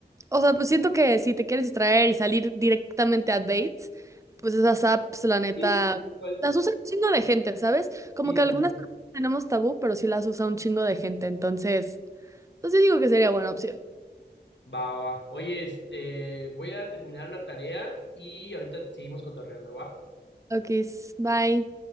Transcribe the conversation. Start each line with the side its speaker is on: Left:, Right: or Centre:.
Right: o sea, pues siento que si te quieres distraer y salir directamente a dates, pues esas apps, la neta,
Left: Sí, igual,
Right: las usa un chingo de gente, ¿sabes? Como
Left: sí,
Right: que
Left: la
Right: algunas
Left: neta.
Right: tenemos tabú, pero sí las usa un chingo de gente, entonces, pues yo digo que sería buena opción.
Left: Va, va. va. Oye, este, voy a terminar una tarea y ahorita seguimos cotorreando, ¿va?
Right: Ok, bye.